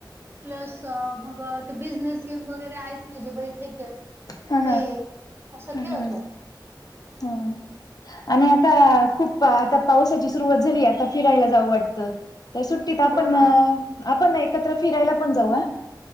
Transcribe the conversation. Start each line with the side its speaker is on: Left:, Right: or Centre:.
Right: प्लस मग ते बिझनेस गेम वगैरे आहेत ना जे बैठेके. ते
Left: हा
Right: अस
Left: ह
Right: खेळतो.
Left: ह हा. आणि आता खूप आता पावसाची सुरुवात झाली आता फिरायला जावं वाटतं तर सुट. आपण
Right: हो
Left: आपण
Right: ना.
Left: एकत्र फिरायला पण जाऊया.